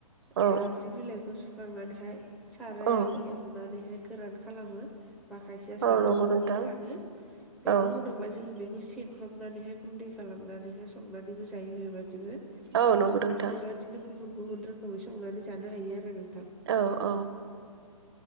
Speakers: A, on the right; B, in the centre.
A: औ
B: नारजि बिलाइखौ सुखांनानैहाय सारायाव
A: औ
B: एव नानैहाय गोरान खालामनो बा खायसेया सान्दुंआव
A: औ नंगौ नोंथां
B: फोरानो बेनि
A: औ
B: उनाव जोङो बेखौ सेक्रबनानैहाय गुन्दै खालामनानैहाय संनानैबो जायो बेबादिबो
A: औ नंगौ नोंथां
B: बेबादिनो गुबुन गुबुन रोखोमै संनानै जानो हायो आरो नोंथां
A: औ